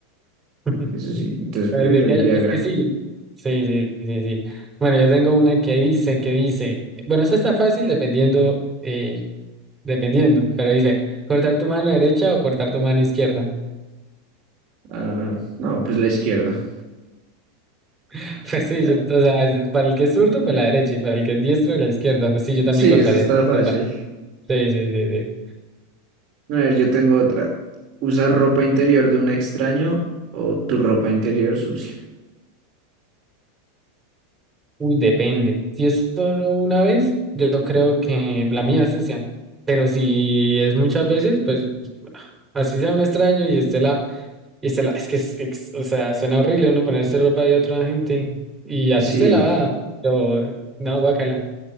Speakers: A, on the right; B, on the right.
A: <laughs>
B: Eso sí, entonces
A: Eh,
B: prefiero
A: de que-
B: el Viagra.
A: es que sí. Sí, sí, sí, sí. Bueno, yo tengo una que dice, que dice. Bueno, eso está fácil dependiendo, eh, dependiendo, pero dice, ¿cortar tu mano derecha o cortar tu mano izquierda?
B: Ah, no, pues la izquierda.
A: <laughs> Pues sí,
B: Eh,
A: yo, o sea, para el que es zurdo, pues la derecha, y para el que es diestro, la izquierda. Pues sí, yo también
B: Sí,
A: cortaría
B: eso está
A: la izquierda.
B: fácil.
A: Sí, sí, sí, sí.
B: A ver, yo tengo otra. ¿Usar ropa interior de un extraño o tu ropa interior sucia?
A: Uy, depende. Si es solo una vez, yo creo que la mía es sucia. Pero si es muchas veces, pues así sea un extraño y esté la, y esté la, es que es, ex- o sea, suena horrible uno ponerse ropa de otra gente y así
B: Sí,
A: esté lavada. Pero no, guácala.